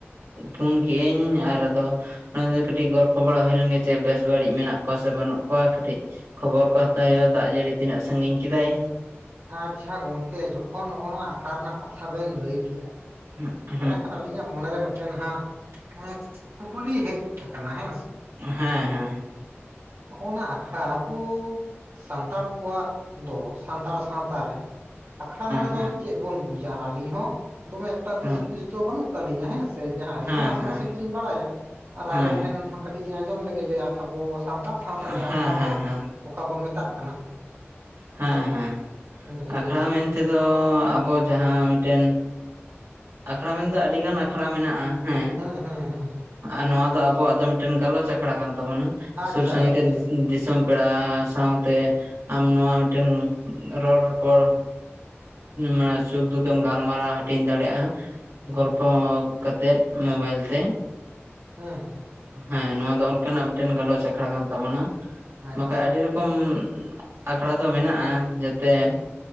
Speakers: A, on the right; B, on the right.
A: ᱯᱷᱩᱱ ᱠᱮᱜ ᱟᱹᱧ ᱟᱨ ᱟᱫᱚ ᱚᱱᱟ ᱜᱮ ᱠᱟᱹᱴᱤᱡ ᱜᱚᱞᱯᱚ ᱵᱟᱲᱟ ᱦᱩᱭ ᱞᱮᱱ ᱜᱮ ᱪᱮᱫ ᱵᱮᱥ ᱵᱟᱹᱲᱤᱡ ᱢᱮᱱᱟᱜ ᱠᱚᱣᱟ ᱥᱮ ᱵᱟᱹᱱᱩᱜ ᱠᱚᱣᱟ ᱠᱟᱹᱴᱤᱡ ᱠᱷᱚᱵᱚᱨ ᱠᱚ ᱦᱟᱛᱟᱣ ᱦᱩᱭᱩᱜᱼᱟ ᱫᱟᱜ ᱡᱟᱹᱲᱤ ᱛᱤᱱᱟᱹᱜ ᱥᱟᱺᱜᱤᱧ ᱠᱤᱫᱟᱭ᱾
B: ᱟᱪᱪᱷᱟ ᱜᱚᱝᱠᱮ ᱡᱚᱠᱷᱚᱱ ᱱᱚᱼᱱᱚᱣᱟ ᱟᱠᱷᱲᱟ ᱨᱮᱱᱟᱜ ᱠᱟᱛᱷᱟ ᱵᱮᱱ ᱞᱟᱹᱭ ᱠᱮᱜᱼᱟ
A: <unintelligible>
B: ᱛᱟᱦᱚᱞᱮ ᱠᱷᱟᱱ ᱟᱹᱞᱤᱧᱟᱜ ᱢᱚᱱᱮ ᱨᱮ ᱢᱤᱫᱴᱮᱱ ᱦᱟᱸᱜ ᱮ ᱠᱩᱠᱞᱤ ᱦᱮᱡ ᱟᱠᱟᱱᱟ ᱦᱮᱸ ᱥᱮ ᱾
A: ᱦᱮᱸ ᱦᱮᱸ ᱾
B: ᱦᱚᱜᱚ-ᱱᱟ ᱟᱠᱷᱲᱟ ᱟᱵᱚ ᱥᱟᱱᱛᱟᱲ ᱠᱚᱣᱟᱜ ᱫᱚ ᱥᱟᱱᱛᱟᱲ ᱥᱟᱶᱛᱟ ᱨᱮ ᱟᱠᱷᱲᱟ ᱢᱟᱱᱮ
A: ᱦᱮᱸ
B: ᱫᱚ ᱪᱮᱫ ᱵᱚᱱ ᱵᱩᱡᱟ ᱟᱨ ᱟᱹᱞᱤᱧ ᱦᱚᱸ ᱫᱚᱢᱮ ᱮᱠᱴᱟ ᱫᱤᱥ
A: ᱦᱮᱸ
B: ᱦᱩᱫᱤᱥ ᱫᱚ ᱵᱟᱹᱱᱩᱜ ᱛᱟᱹᱞᱤᱧᱟ ᱦᱮᱸ ᱥᱮ? ᱡᱟᱦᱟᱸ ᱟᱹᱞᱤᱧ
A: ᱦᱮᱸ
B: ᱦᱚᱸ ᱱᱟᱥᱮ
A: ᱦᱮᱸ
B: ᱱᱟᱥᱮ ᱜᱮᱞᱤᱧ ᱵᱟᱲᱟᱭᱟ ᱟᱨ
A: ᱦᱮᱸ
B: ᱟᱵᱮᱱ ᱴᱷᱮᱱ ᱠᱟᱹᱴᱤᱡ ᱞᱤᱧ ᱟᱸᱡᱚᱢ ᱞᱮᱜᱮ ᱡᱮ ᱟᱵᱚ ᱥᱟᱱᱛᱟᱲ ᱥᱟᱶᱛᱟ
A: ᱦᱮᱸ
B: ᱨᱮ
A: ᱦᱮᱸ
B: ᱟᱠᱷᱲᱟ
A: ᱦᱮᱸ
B: ᱫᱚ
A: ᱦᱮᱸ
B: ᱚᱠᱟ ᱵᱚᱱ ᱢᱮᱛᱟᱜ ᱠᱟᱱᱟ?
A: ᱦᱮᱸ ᱦᱮᱸ
B: ᱠᱟᱹᱴᱤᱡ
A: ᱟᱠᱷᱲᱟ
B: ᱞᱟᱹᱭ ᱵᱮᱱ
A: ᱢᱮᱱᱛᱮ
B: ᱢᱟ
A: ᱫᱚ ᱟᱵᱚ ᱡᱟᱦᱟᱸ ᱢᱤᱫᱴᱮᱱ ᱟᱠᱷᱲᱟ ᱢᱮᱱᱫᱚ ᱟᱹᱰᱤ ᱜᱟᱱ ᱟᱠᱷᱲᱟ ᱢᱮᱱᱟᱜᱼᱟ ᱾ ᱦᱮᱸ
B: ᱦᱩᱸ ᱦᱩᱸ ᱦᱩᱸ
A: ᱟᱨ ᱱᱚᱣᱟ ᱫᱚ ᱟᱵᱚᱣᱟᱜ ᱫᱚ ᱢᱤᱫᱴᱮᱱ ᱜᱟᱞᱚᱪ ᱟᱠᱷᱲᱟ ᱠᱟᱱ ᱛᱟᱵᱚᱱᱟ᱾
B: ᱟᱪᱪᱷᱟ
A: ᱥᱩᱨ ᱥᱟᱺᱜᱤᱧ
B: ᱟᱪᱪᱷᱟ
A: ᱨᱮᱱ ᱫᱤᱥᱚᱢ ᱯᱮᱲᱟ ᱥᱟᱶᱛᱮ ᱟᱢ ᱱᱚᱣᱟ ᱢᱤᱫᱴᱮᱱ ᱨᱚᱲ ᱨᱚᱯᱚᱲ ᱢᱟᱱᱮ ᱥᱩᱠ-ᱫᱩᱠᱮᱢ ᱜᱟᱞᱢᱟᱨᱟᱣ ᱦᱟᱹᱴᱤᱧ ᱫᱟᱲᱮᱭᱟᱜ-ᱟ ᱾
B: ᱦᱩᱸ
A: ᱜᱚᱞᱯᱷᱚ ᱠᱟᱛᱮᱫ ᱢᱳᱵᱟᱭᱤᱞ ᱛᱮ᱾
B: ᱦᱮᱸ ᱦᱮᱸ ᱾
A: ᱦᱮᱸ ᱱᱚᱶᱟ ᱫᱚ ᱚᱱᱠᱟᱱᱟᱜ ᱢᱤᱫᱴᱮᱱ ᱜᱟᱞᱚᱪ ᱟᱠᱷᱲᱟ ᱠᱟᱱ ᱛᱟᱵᱚᱱᱟ
B: ᱟᱪᱪᱷᱟ
A: ᱵᱟᱠᱷᱟᱡ ᱟᱹᱰᱤ ᱨᱚᱠᱚᱢ ᱟᱠᱷᱲᱟ ᱫᱚ ᱢᱮᱱᱟᱜ-ᱟ ᱡᱟᱛᱮ
B: ᱦᱮᱸ